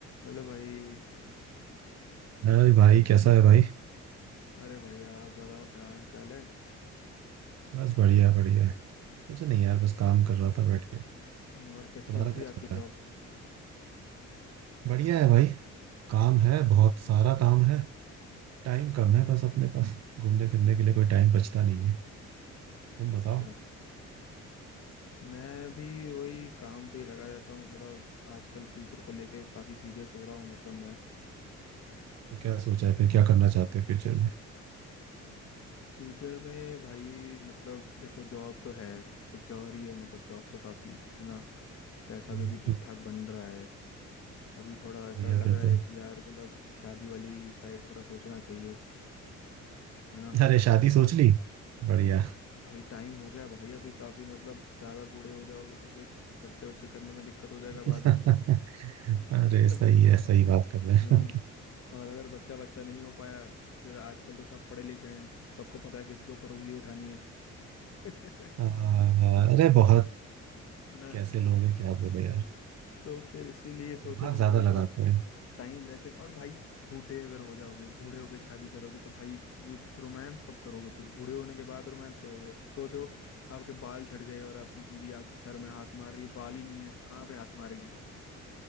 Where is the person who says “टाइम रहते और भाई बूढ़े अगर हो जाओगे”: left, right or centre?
Left